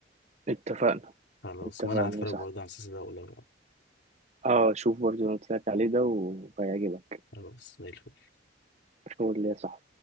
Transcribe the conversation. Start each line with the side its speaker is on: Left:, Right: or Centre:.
Right: اتفقنا
Left: خلاص
Right: اتفقنا
Left: وانا هتفرج
Right: يا صاحبي
Left: برضه على المسلسل ده واقول لك رأيي.
Right: اه شوف برضو اللي قلت لك عليه ده وهيعجبك
Left: خلاص زي الفل
Right: شغل ليا صح